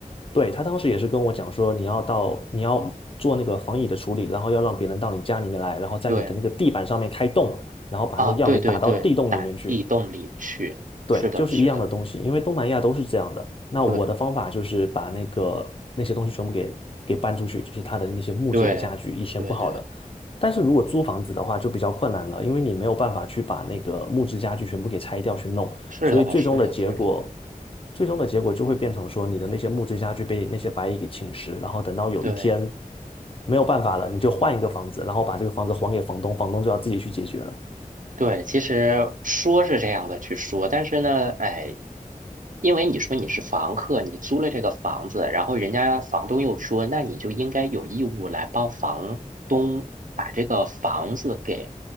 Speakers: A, on the left (about 40°); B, on the right (about 65°).
A: 对他当时也是跟我讲说，你要到你要做那个防蚁的处理，然后要让别人到你家里面来，然后在你的那个地板上面开洞。
B: 对
A: 然后把那个药给打到地洞里面去。
B: 啊，对对对，打地洞里去。
A: 对，
B: 是的，
A: 就是一样的东西，
B: 是的，
A: 因为东南亚都是这样的。那我的方法就是把那个那些东西全部给给搬出去，
B: 对
A: 就是他的那些木质的家具，
B: 对对对，
A: 以前不好的。但是如果租房子的话，就比较困难了，因为你没有办法去把那个木质家具全部给拆掉去弄，
B: 是的，
A: 所以最终的结果，
B: 是的，是的，
A: 最终的结果就会变成说，你的那些木质家具被那些白蚁给侵蚀，然后等到有一天
B: 对。
A: 没有办法了，你就换一个房子，然后把这个房子还给房东，房东就要自己去解决了。
B: 对，其实说是这样的去说，但是呢，哎，因为你说你是房客，你租了这个房子，然后人家房东又说，那你就应该有义务来帮房东把这个房子给